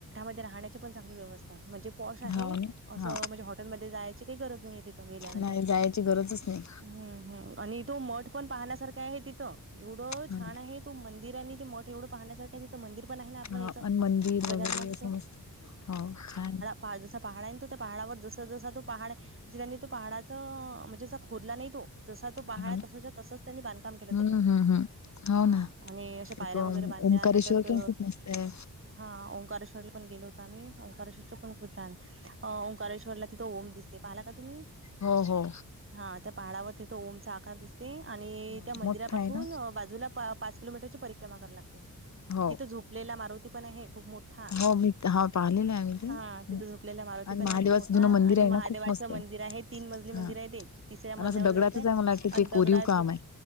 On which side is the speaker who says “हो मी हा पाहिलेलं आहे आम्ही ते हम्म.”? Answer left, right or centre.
Left